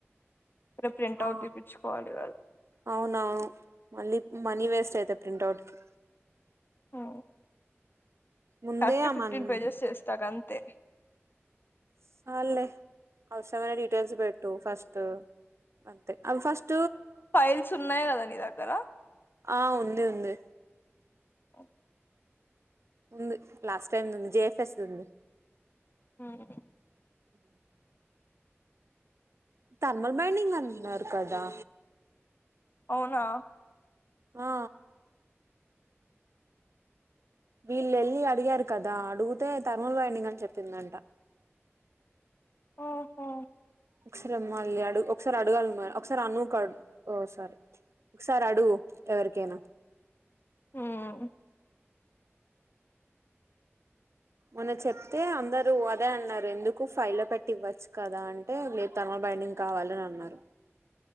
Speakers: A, on the left; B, on the right.
A: రేపు ప్రింట్
B: ఆ
A: అవుట్ తీపిచ్చుకోవాలి
B: అవునవును మళ్ళీ మనీ వేస్ చేత ప్రింట్ అవుట్ కి
A: ఓ
B: ముందే
A: కట్
B: ఆ
A: ఫిఫ్టీన్
B: మన్
A: పేజెస్ ఇస్తా గంత్ అంతే
B: సాళ్లే అస్ మైన డీటెయిల్స్ పెట్టు ఫస్ట్ అంతే అ ఫస్ట్
A: ఫైల్స్ ఉన్నాయి కదా? నీ దగ్గర.
B: ఆ ఉంది ఉంది.
A: ఓ
B: ఉంది లాస్ట్ టైమ్ది ఉంది జేఎఫ్ఎస్ ద ఉంది.
A: హ్మ్! హూ!
B: <inaudible> తర్మల్ బైండింగ్ అంటున్నారు కదా.
A: అవునా?
B: ఆ వీళ్లు వెళ్ళి అడిగారు కదా, అడిగితే తర్మల్ బైండింగ్ అని చెప్పిందంట.
A: ఓహో!
B: ఒకసారి అమ్మాయిల్ని అడుగు ఒకసారి అడగాలి మే ఒకసారి అనుకి అడుగు ఓ సారీ! ఒకసారి అడుగు ఎవరికైనా?
A: హ్మ్ హు!
B: మొన్న చెప్తే అందరూ అదే అన్నారు ఎందుకు ఫై లో పెట్టి ఇవ్వచ్చు కదా అంటే లేదు థర్మల్ బైండింగ్ కావాలని అన్నారు.